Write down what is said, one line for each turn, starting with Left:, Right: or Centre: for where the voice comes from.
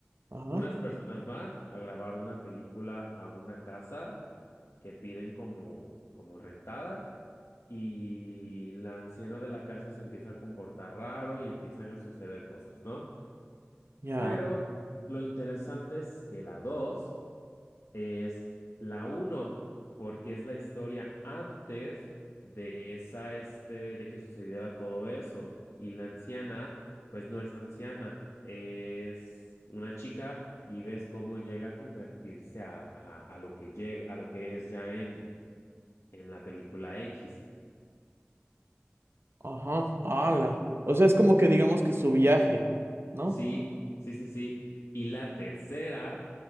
Right: Ajá,
Left: Unas personas van a grabar una película a una casa que piden como, como rentada. Y la anciana de la casa se empieza a comportar raro y empiezan a suceder cosas, ¿no?
Right: ya,
Left: Pero lo interesante es que la 2 es la uno porque es la historia antes de esa, este, de que sucediera todo eso. Y la anciana, pues no es anciana, es una chica y ves cómo llega a convertirse a, a- a lo que llega, a lo que es ya en, en la película X.
Right: ajá, ala. O sea, es como que digamos que su viaje, ¿no?
Left: Sí, sí, sí, sí. Y la tercera